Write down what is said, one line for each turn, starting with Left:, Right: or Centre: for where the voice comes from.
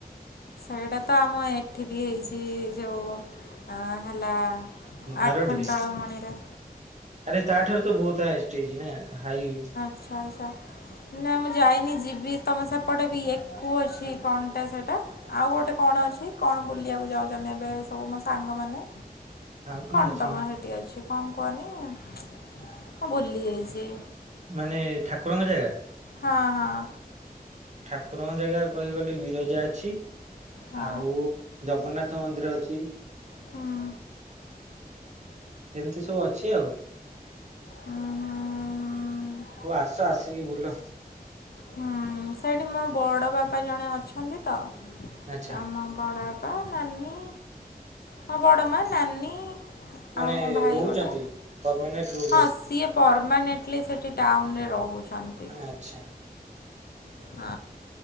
Left: ସେଇଟା ତ ଆମ ଏଠି ବି ହେଇଛି ଯୋଉ ହେଲା
Right: ଆରୋଡିରେ
Left: ଆଖଣ୍ଡଳ ମଣିରେ
Right: ଆରେ ତା ଠାରୁ ତ ବହୁତ ହାଏଷ୍ଟେ ହୋଇଛି ନା ହାଇ
Left: ଆଚ୍ଛା ଆଚ୍ଛା ନା ମୁଁ ଯାଇନି ଯିବି ତମ ସେପଟେ ବି ଏକୁ ଅଛି କଣ ସେଇଟା ସେଇଟା ଆଉ ଗୋଟେ କଣ ଅଛି କଣ ବୁଲିବାକୁ ଯାଉଛନି ଏବେ ସବୁ ମୋ ସାଙ୍ଗମାନେ।
Right: ଆଉ
Left: କଣ
Right: ଅଛି
Left: ତମ ସେଠି ଅଛି କଣ କୁହନି ମୁଁ ଭୁଲି ଯାଇଛି।
Right: ମାନେ ଠାକୁରଙ୍କ ଜାଗା।
Left: ହଁ ହଁ।
Right: ଠାକୁରଙ୍କ ଜାଗା କହିବାଗଲେ ବିରଜା ଅଛି
Left: ହଁ
Right: ଆଉ ଜଗନ୍ନାଥ ମନ୍ଦିର ଅଛି।
Left: ହଁ।
Right: ଏମିତି ସବୁ ଅଛି ଆଉ।
Left: ହୁଁ ହୁଁ ହୁଁ।
Right: ହଉ ଆସ ଆସିକି ବୁଲ।
Left: ହୁଁ ସେଇଠି ମୋ ବଡ଼ ବାପା ଜଣେ ଅଛନ୍ତି ତ
Right: ଆଚ୍ଛା
Left: ଆମ ବଡ଼ ବାପା ବାପ ନାନି। ହଁ ବଡ଼ମା ନାନୀ।
Right: ମାନେ
Left: ଆଉ ମୋ ଭାଇ
Right: ରହୁଛନ୍ତି
Left: ଗୋଟେ
Right: ପରମାନେଣ୍ଟ। ରହୁଛନ୍ତି
Left: ହଁ ସିଏ ପରମାନେେଣ୍ଟଲି ସେଠି ଟାଉନରେ ରହୁଛନ୍ତି।
Right: ଆଚ୍ଛା।
Left: ହ।